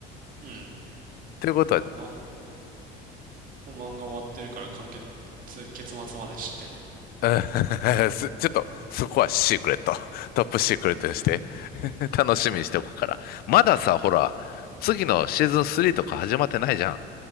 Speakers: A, on the right (about 45°); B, on the left (about 55°).
A: うん。
B: ということは、
A: ま、もう漫画終わってるから完結、結末まで知ってるね。
B: うん <laughs> すちょっと、そこはシークレット。<laughs> トップシークレットにして。
A: うん。
B: <laughs> 楽しみにしておくから。まださ、ほら、次のシーズン3とか始まってないじゃん。